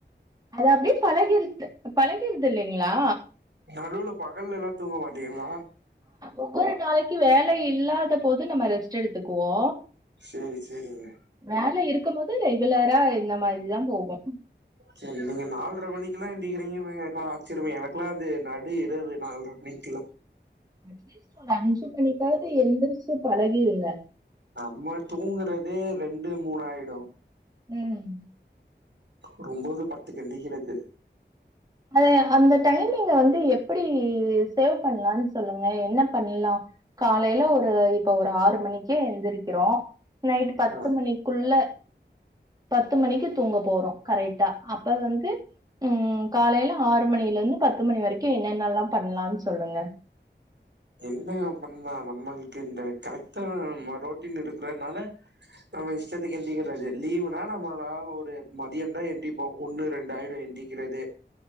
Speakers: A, on the right; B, on the right.
A: அது அப்டியே பழகிரித்து பழகிரிது இல்லைங்ளா
B: நடுவுல பகல்ல எல்லா தூங்க மாட்டீங்களா
A: ஒவ்வொரு நாளைக்கி வேல இல்லாத போது நம்ம ரெஸ்ட்டு எடுத்துக்குவோ
B: சேரி சேரிங்க
A: வேல இருக்கும் போது ரெகுலரா இந்த மாரிதா போகு
B: செரி நீங்க நால்ர மணிக்கெல்லா எந்திக்கிறீங்கன்றது எனக்கெல்லா ஆச்சரியமே எனக்கெல்லா அது நடு இரவு நால்ர மணிக்குல்லா
A: அட்லிஸ் ஒரு அஞ்சு மணிக்காவது எந்துருச்சு பழகிருங்க
B: நம்ம தூங்குறதே ரெண்டு மூணு ஆயிடு
A: ம்
B: ஒரு ஒம்போது பத்துக்கு எந்திரிக்கிறது
A: அது அந்த டைமிங்க வந்து எப்புடி சேவ் பண்ணலான்னு சொல்லுங்க என்னப் பண்லா காலையில ஒரு இப்ப ஒரு ஆறு மணிக்கே எந்திருக்கிறோ நைட்டு் பத்து
B: ஆ,
A: மணிக்குள்ள பத்து மணிக்கு தூங்க போறோ கரெக்டா அப்ப வந்து ம் காலையில ஆறு மணில இருந்து பத்து மணி வரைக்கு என்னென்னல்லா பண்லான் சொல்லுங்க
B: என்னங்க பண்ணா நம்மளுக்கு இந்த கரெக்டான நம்ம ரோட்டீன் இருக்குறனால நம்ம இஷ்டத்துக்கு எந்திரிக்கிறது லீவுனா நம்மலா ஒரு மதியந்தா எந்திரிப்போ ஒண்ணு ரெண்டாயிரு எந்தி கிறது